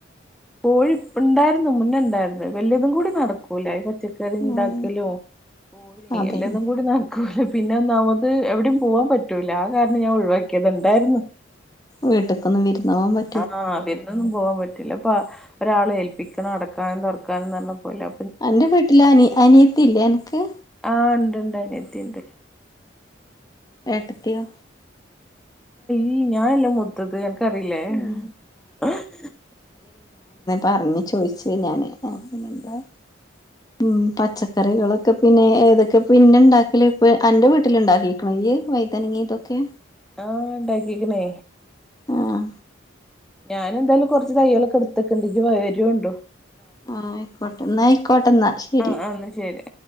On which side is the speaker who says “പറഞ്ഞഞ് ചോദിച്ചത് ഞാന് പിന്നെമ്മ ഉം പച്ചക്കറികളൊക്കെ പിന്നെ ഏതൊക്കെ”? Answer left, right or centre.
Left